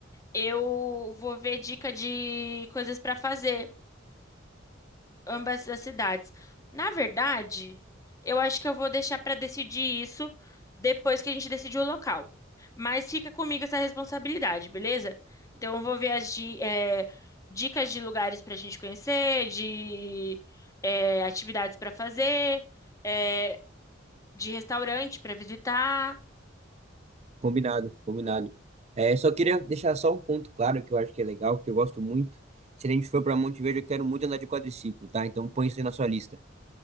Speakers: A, on the left; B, on the right.
A: eu vou ver dica de coisas pra fazer. ambas as cidades. Na verdade, eu acho que eu vou deixar para decidir isso depois que a gente decidir o local. Mas fica comigo essa responsabilidade, beleza? Então eu vou ver as di- eh, dicas de lugares para a gente conhecer, de eh, atividades para fazer, eh, de restaurante para visitar.
B: Combinado, combinado. É, só queria deixar só um ponto claro que eu acho que é legal, que eu gosto muito. Se a gente for para Monte Verde, eu quero muito andar de quadriciclo, tá? Então põe isso aí na sua lista.